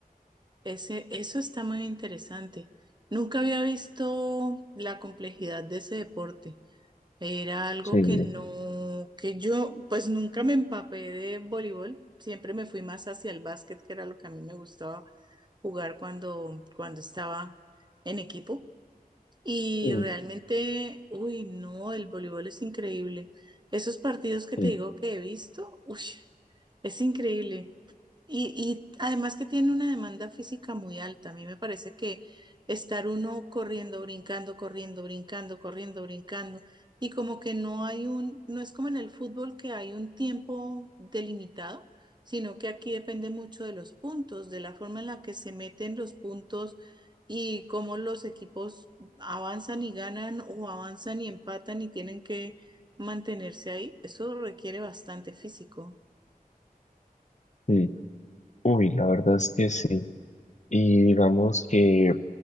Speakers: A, on the right (about 30°); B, on the left (about 50°).
A: Ese, eso está muy interesante. Nunca había visto la complejidad de ese deporte. Era algo
B: Sí.
A: que no, que yo pues nunca me empapé de voleibol. Siempre me fui más hacia el básquet, que era lo que a mí me gustaba jugar cuando, cuando estaba en equipo. Y
B: Mm,
A: realmente, uy, no, el voleibol es increíble. Esos partidos que
B: sí,
A: te digo que he visto, uy, es increíble. Y, y además que tiene una demanda física muy alta. A mí me parece que estar uno corriendo, brincando, corriendo, brincando, corriendo, brincando, y como que no hay un, no es como en el fútbol que hay un tiempo delimitado, sino que aquí depende mucho de los puntos, de la forma en la que se meten los puntos y cómo los equipos avanzan y ganan o avanzan y empatan y tienen que mantenerse ahí. Eso requiere bastante físico.
B: sí. Uy, la verdad es que sí. Y digamos que